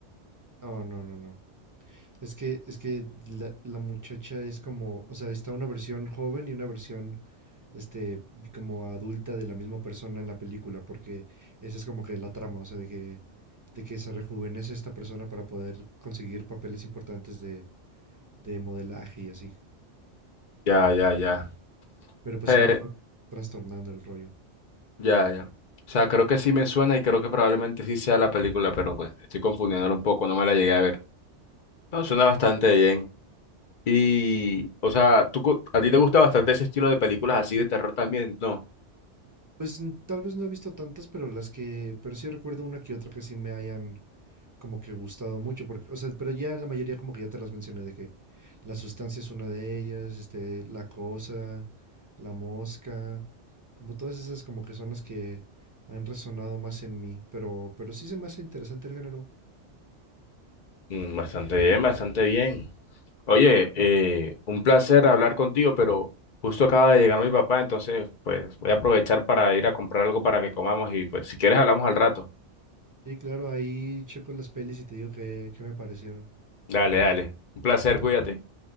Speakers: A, on the right; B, on the left.
A: No, no, no, no. Es que, es que la, la muchacha es como, o sea, está una versión joven y una versión, este, como adulta de la misma persona en la película, porque esa es como que la trama, o sea, de que, de que se rejuvenece esta persona para poder conseguir papeles importantes de, de modelaje y así.
B: Ya, ya, ya.
A: Pero pues
B: Eh,
A: se va tra- trastornando el rollo.
B: ya, ya. O sea, creo que sí me suena y creo que probablemente sí sea la película, pero pues estoy confundiéndola un poco, no me la llegué a ver. No, suena bastante bien. Y, o sea, ¿tú, co- a ti te gusta bastante ese estilo de películas así de terror también? No.
A: Pues n- tal vez no he visto tantas, pero las que, pero sí recuerdo una que otra que sí me hayan como que gustado mucho, porque, o sea, pero ya la mayoría como que ya te las mencioné de que la sustancia es una de ellas, este, la cosa, la mosca, como todas esas como que son las que han resonado más en mí, pero, pero sí se me hace interesante el género.
B: Mm, Bastante bien, bastante bien. Oye, eh, un placer hablar contigo, pero justo acaba de llegar mi papá, entonces pues voy a aprovechar para ir a comprar algo para que comamos y pues si quieres hablamos al rato.
A: Y claro, ahí checo las pelis y te digo que, que me parecieron.
B: Dale, dale. Un placer, cuídate.